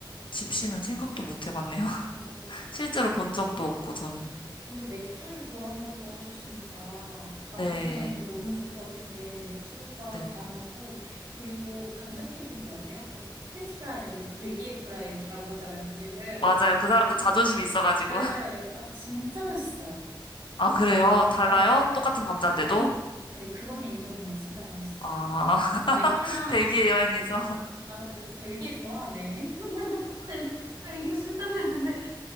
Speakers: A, on the left; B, on the right.
A: 집시는 생각도 못 해봤네요. <laughs>
B: 어,
A: 실제로
B: 근-
A: 본 적도 없고, 저는.
B: 근데 맥주를 좋아한다고 하셨으니까 가보시면은
A: 네,
B: 너무 좋을 것 같은 게 맥주가
A: 네.
B: 다양하고 그리고 감자튀김 좋아하세요? 그 프렌치 프라이 아니고 이제 벨기에 프라이라고 하잖아요, 거기는.
A: 맞아요. 그 사람들 자존심이 있어가지고.
B: 네,
A: <laughs>
B: 아 진짜 맛있어요.
A: 아, 그래요? 달라요?
B: 네네.
A: 똑같은
B: 그,
A: 감자인데도?
B: 그, 그, 그, 네, 그건 인정이에요. 진짜 맛있었어요.
A: 아, <laughs>
B: 그래서 맥주랑,
A: 벨기에 여행에서. <laughs>
B: 아, 나 벨- 벨기에 좋아하네. <laughs> 네, 벨기에 싫다고 했는데,